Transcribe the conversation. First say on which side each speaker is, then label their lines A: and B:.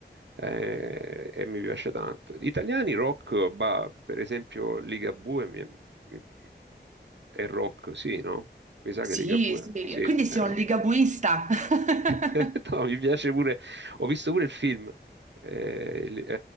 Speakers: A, on the right; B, on the right.
A: eh, e mi piace tanto. Gli Italiani rock, bah, per esempio Ligabue mi- mi- è rock, sì, no? Mi sa
B: Sì,
A: che Ligabue,
B: sì, sì.
A: sì,
B: quindi sei
A: è rock.
B: un ligabuista. <laughs>
A: <laughs> No, mi piace pure, ho visto pure il film, eh, il- eh,